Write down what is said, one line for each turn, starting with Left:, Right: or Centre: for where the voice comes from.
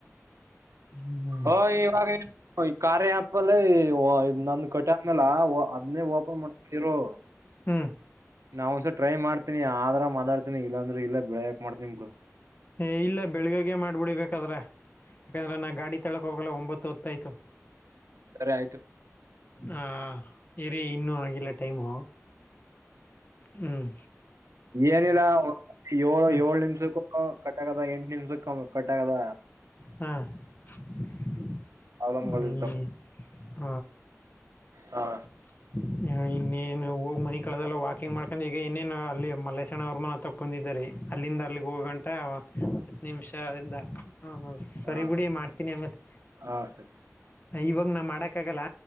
Left: ಹ್ಮ್ಮ
Right: ಅಯ್ ಇವಾಗ ಕಾರ್ಯ ಆ್ಯಪಲ್ಲಿ <unintelligible> ನಂದ ಕಟದ್ಮ್ಯಾಲ ಓ ಅದ್ನೇ ಓಪನ್. <unintelligible> ಮಡ್ತಿರೋ
Left: ಹ್ಮ್ಮ್
Right: ನಾ ಒಂದ್ಸರಿ ಟ್ರೈ ಮಾಡ್ತೀನಿ ಆದರಾ ಮಾತಾಡ್ತಿನಿ ಇಲ್ಲಾಂದ್ರೆ ಇಲ್ಲ <unintelligible> ಬೆಳೆಾಕ್ ಮಾಡ್ತೀನಿ ಬಿಡು
Left: ಏ ಇಲ್ಲ ಬೆಳಗಾಗೆ ಮಾಡ್ಬಿಡಿಬೇಕಾದ್ರೆ ಯಾಕನಾ ಗಾಡಿ ತಳಕ್ ಹೋಬೇಕಲ ಬತ್ತೊತ್ತಾಯ್ತು.
Right: ಸರಿ ಆಯ್ತು
Left: ಹಾಂ ಇರಿ ಇನ್ನೂ ಆಗಿಲ್ಲ ಟೈಮು ಹ್ಮ್.
Right: ಏನಿಲ್ಲ ಏಳ್
Left: ಹ್ಞೂ
Right: ಏಳು ನಿಮ್ಷಕ್ಕೂ ಕಟ್ಟಾಗದ ಎಂಟ್ ನಿಮಿಷಕೊಮ್ಮ್ ಕಟ್ಟಾಗದ.
Left: ಹಾ ಹ್ಮ
Right: ಪ್ರಾಬ್ಲಮ್ಗಳು ಇರ್ತಾವ
Left: ಹ
Right: ಹಾ
Left: <inaudible> ಇನ್ನೇನು ಹೋಗಿ ಮನಿಕಳದ್ ವಾಕಿಂಗ್ ಮಾಡ್ಕೊಂಡು ಈಗ ಇನ್ನೇನು ಅಲ್ಲಿ ಮಲ್ಲೇಶಣ್ಣ ಅವ್ರ ಮನೆ ತವ ಬಂದಿದೆ ರಿ ಅಲ್ಲಿಂದ ಅಲ್ಲಿಗೆ ಹೋಗಂಟ ಹತ್ತು ನಿಮಿಷ ಆಯಿದ್ದ ಹಾಂ ಹಹಾಂ ಸರಿ
Right: ಹಾ
Left: ಬುಡಿ ಮಾಡ್ತೀನಿ ಆಮೇಲೆ
Right: ಹಾ ಸರಿ
Left: ಇವಾಗ ನಾ ಮಾಡೋಕ್ಕಾಗಲ್ಲ